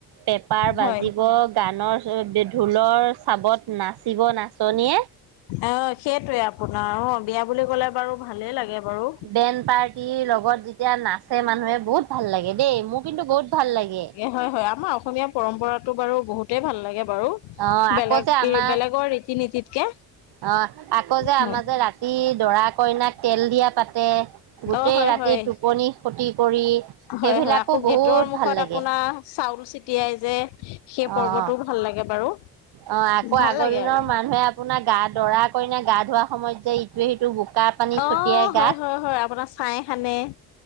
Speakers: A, on the right; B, on the left.
A: পেপা বাজিব
B: হয়
A: গানৰ <unintelligible> ঢোলৰ চাবত নাচিব নাচনীয়ে
B: অ সেইটোৱে আপোনাৰ, অ বিয়া বুলি ক'লে বাৰু ভালেই লাগে বাৰু।
A: বেণ্ড পাৰ্টিৰ লগত যেতিয়া নাচে মানুহে বহুত ভাল লাগে দেই, মোৰ কিন্তু বহুত ভাল লাগে।
B: হয় হয় আমাৰ অসমীয়া পৰম্পৰাটো বাৰু বহুতেই ভাল লাগে বাৰু।
A: অ আকৌ
B: বেলেগ
A: যে আমাৰ
B: এ বেলেগৰ ৰীতি নীতিতকে।
A: অ আকৌ যে
B: হয়
A: আমাৰ যে ৰাতি দৰা - কইনাক তেল দিয়া পাতে গোটেই
B: অ হয়
A: ৰাতি
B: হয়
A: টোপনি খতি কৰি সেইবিলাকো
B: হয় হয় আকৌ গেটৰ
A: বহুত
B: মুখত
A: ভাল লাগে।
B: আপোনাৰ চাউল চিটিয়াই যে সেই
A: অ
B: পৰ্বটো
A: অ
B: ভাল লাগে বাৰু।
A: অ আকৌ
B: ভাল
A: আগৰ
B: লাগে
A: দিনৰ
B: আৰু
A: মানুহে আ পোনাৰ গা দৰা - কইনাক গা ধোৱা সময়ত যে ইটোৱে সিটোক বোকা পানী ছটিয়াই
B: অ
A: গাত
B: হয় হয় হয়, আপোনাৰ ছাই সানে।